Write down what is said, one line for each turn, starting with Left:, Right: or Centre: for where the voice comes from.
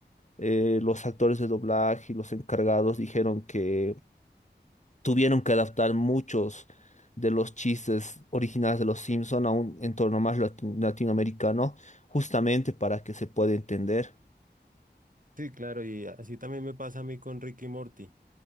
Left: eh, los actores de doblaje y los encargados dijeron que tuvieron que adaptar muchos de los chistes originales de Los Simpson a un entorno más lati- latinoamericano, justamente para que se pueda entender.
Right: Sí, claro, y así también me pasa a mí con Ricky y Morty.